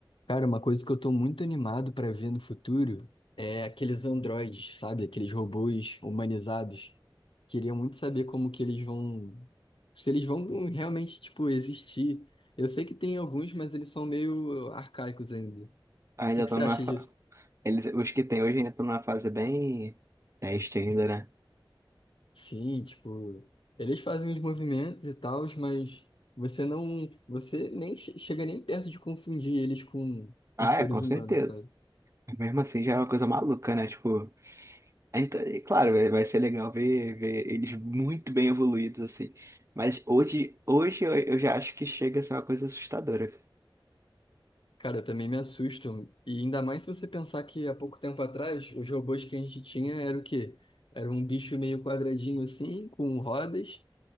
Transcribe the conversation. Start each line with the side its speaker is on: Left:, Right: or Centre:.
Left: Cara, uma coisa que eu tô muito animado pra ver no futuro é aqueles androides, sabe? Aqueles robôs humanizados. Queria muito saber como que eles vão, se eles vão realmente, tipo, existir. Eu sei que tem alguns, mas eles são meio arcaicos ainda. O
Right: Ainda
Left: que que
Right: estão
Left: você
Right: numa
Left: acha
Right: fa...
Left: disso?
Right: Eles, os que tem hoje ainda estão numa fase bem teste ainda, né?
Left: Sim, tipo, eles fazem os movimentos e tal, mas você não, você nem che- chega nem perto de confundir eles com,
Right: Ah,
Left: com seres
Right: é, com certeza.
Left: humanos, sabe?
Right: Mas Mesmo assim já é uma coisa maluca, né? Tipo, a gente tá... e claro, vai, vai ser legal ver, ver eles muito bem evoluídos, assim. Mas hoje, hoje eu, eu já acho que chega a ser uma coisa assustadora.
Left: Cara, eu também me assusto E ainda mais se você pensar que há pouco tempo atrás, os robôs que a gente tinha era o quê? Era um bicho meio quadradinho assim, com rodas.